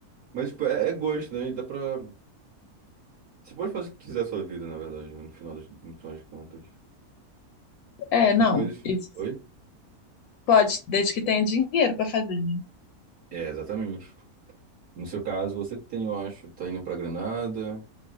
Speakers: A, on the right; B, on the left.
A: Mas, tipo, é, é gosto, né? E dá pra. Você pode fazer o que quiser a sua vida, na verdade, né? No final das, no final de contas.
B: É,
A: Tem
B: não.
A: coisas.
B: Isso
A: Oi?
B: pode, desde que tenha dinheiro para fazer, né?
A: É, exatamente. No seu caso, você tem, eu acho, tá indo pra Granada,